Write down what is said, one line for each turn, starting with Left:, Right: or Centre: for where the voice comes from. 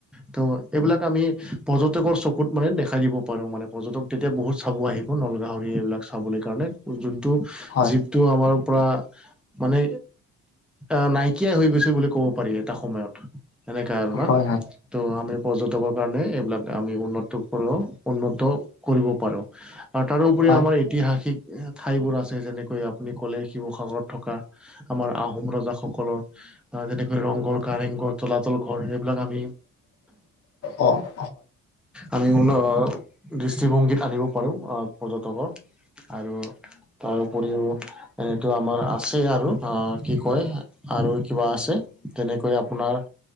Centre: ত' এইবিলাক আমি পৰ্যটকৰ চকুত মানে দেখাই দিব পাৰোঁ মানে পৰ্যটক তেতিয়া বহুত চাব আহিব নলগাহৰি এইবিলাক চাবলৈ কাৰণে। যোনটো
Left: হয়
Centre: জীবটো আমাৰ পৰা মানে আহ নাইকিয়াই হৈ গৈছে বুলি ক'ব পাৰি এটা সময়ত সেনেকা আৰু
Left: হয়
Centre: না
Left: হয় হয়
Centre: ত' আমি পৰ্যটকৰ কাৰণে এইবিলাক আমি উন্নত কৰ উন্নত কৰিব পাৰোঁ। আৰু তাৰোপৰি
Left: হয়
Centre: আমাৰ ঐতিহাসিক ঠাইবোৰ আছে যেনেকৈ আপুনি ক'লে শিৱসাগৰত থকা আমাৰ আহোম ৰজাসকলৰ আহ যেনেকৈ ৰংঘৰ কাৰেংঘৰ তলাতল ঘৰ এইবিলাক আমি
Left: <inaudible> অহ
Centre: আমিবোৰে দৃষ্টিভংগীত আনিব পাৰো আহ পৰ্যটকৰ আৰু তাৰ উপৰিও এইটো আমাৰ আছে আৰু অ কি কয় আৰু কিবা আছে তেনেকৈ আপোনাৰ